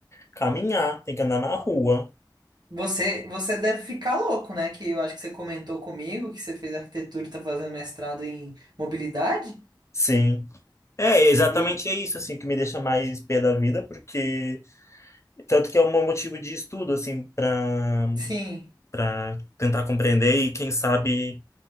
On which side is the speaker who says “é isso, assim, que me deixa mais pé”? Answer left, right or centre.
Left